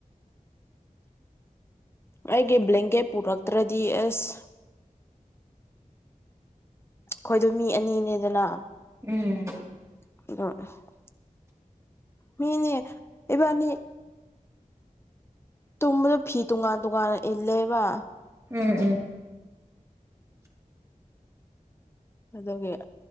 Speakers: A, on the left; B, on the right.
A: ꯑꯩꯒꯤ ꯕ꯭ꯂꯦꯡꯀꯦꯠ ꯄꯨꯔꯛꯇ꯭ꯔꯗꯤ ꯑꯁ꯫ ꯈꯣꯏꯗꯣ ꯃꯤ ꯑꯅꯤꯅꯦꯗꯅ꯫
B: ꯎꯝ꯫
A: <unintelligible> ꯃꯤꯅꯦ ꯏꯕꯥꯅꯤ ꯇꯨꯝꯕꯗ ꯐꯤ ꯇꯣꯉꯥꯟ ꯇꯣꯉꯥꯟꯅ ꯏꯜꯂꯦꯕ꯫
B: ꯎꯝ ꯎꯝ꯫
A: ꯑꯗꯨꯒꯤ꯫